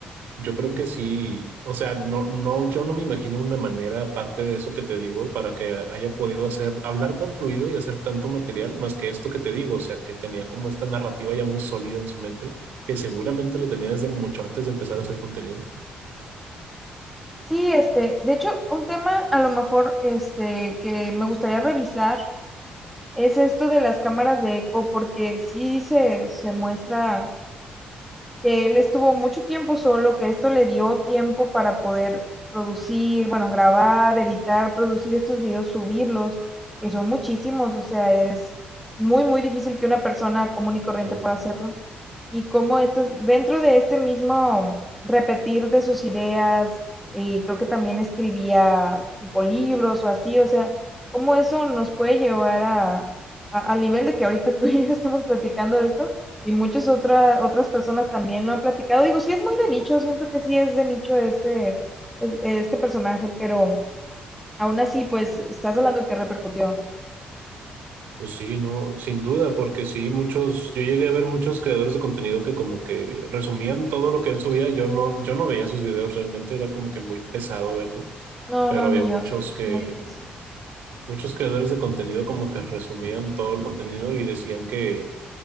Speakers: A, on the right; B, in the centre.
A: Yo creo que sí, o sea, no, no, yo no me imagino una manera, aparte de eso que te digo, para que haya podido hacer, hablar tan fluido y hacer tanto material, más que esto que te digo, o sea, que tenía como esta narrativa ya muy sólida en su mente, que seguramente lo tenía desde mucho antes de empezar a hacer contenido.
B: Sí, este, de hecho, un tema a lo mejor este que me gustaría revisar es esto de las cámaras de eco, porque sí se, se muestra que él estuvo mucho tiempo solo, que esto le dio tiempo para poder producir, bueno, grabar, editar, producir estos videos, subirlos, que son muchísimos, o sea, es muy, muy difícil que una persona común y corriente
A: Sí.
B: pueda hacerlo. Y cómo estas, dentro de este mismo repetir de sus ideas, y creo que también escribía tipo libros o así, o sea, cómo eso nos puede llevar a, a- al nivel de que ahorita tú y yo <laughs> estemos platicando de esto, y muchas otras otras personas también lo han platicado. Digo, sí es muy de nicho, siento que sí es de nicho este, es- este personaje, pero aún así, pues, estás hablando que repercutió.
A: Pues sí, no, sin duda, porque sí, muchos, yo llegué a ver muchos creadores de contenido que como que resumían todo lo que él subía, yo no, yo no veía sus videos realmente, era como que muy pesado verlo,
B: No,
A: pero
B: no,
A: había
B: ni
A: muchos
B: yo, sí, es
A: que
B: muy difícil.
A: muchos creadores de contenido como que resumían todo el contenido y decían que,